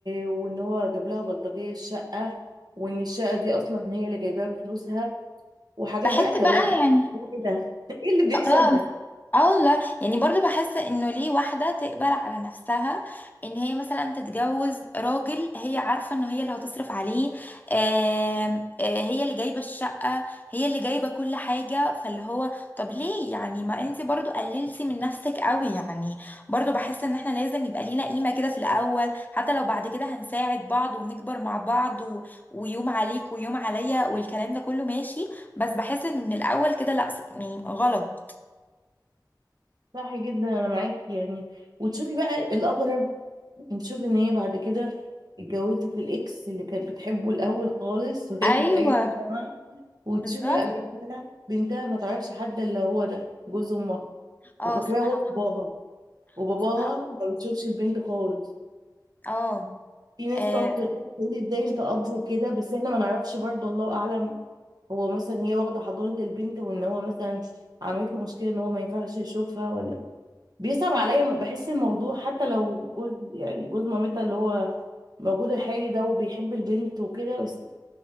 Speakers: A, on the right; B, on the left.
A: وان هو جاب لها بلطجيه الشقه وان الشقه دي اصلا هي اللي جايباها بفلوسها وحاجات
B: بحس
A: بقى
B: بقى
A: كوارث
B: يعني
A: هو ايه ده <laughs> ايه اللي بيحصل
B: اه
A: ده
B: اه والله يعني برضو بحس انه ليه واحدة تقبل على نفسها ان هي مثلا تتجوز راجل هي عارفة ان هي اللي هتصرف عليه آم، آه، هي اللي جايبة الشقة هي اللي جايبة كل حاجة فاللي هو طب ليه يعني ما انت برضو قللتي من نفسك قوي يعني برضو بحس ان احنا لازم يبقى لينا قيمة كده في الاول حتى لو بعد كده هنساعد بعض ونكبر مع بعض و... ويوم عليك ويوم عليا والكلام ده كله ماشي بس بحس انه من الاول كده لا يعني غلط
A: صح جدا انا معاكي يعني وتشوفي بقى الاغرب نشوف ان هي بعد كده اتجوزت الاكس اللي كانت بتحبه الاول خالص <laughs> وهي
B: ايوه
A: في ايام الجامعه وتشوفي
B: بالظبط
A: بقى بنتها بنتها ما تعرفش حد الا هو ده جوز امها
B: اه
A: وفاكراه
B: سبحان
A: هو
B: الله
A: باباها وباباها
B: سبحان
A: ما بيشوفش البنت خالص
B: اه
A: في ناس
B: آه،
A: تقعد تقول تقول ازاي انت اب وكده بس احنا ما نعرفش برضه الله اعلم هو مثلا هي واخده حضانه البنت وان هو مثلا عملت له مشكله ان هو ما ينفعش يشوفها ولا بيصعب عليا بحس الموضوع حتى لو جوز يعني جوز مامتها اللي هو موجود الحالي ده وبيحب البنت وكده بس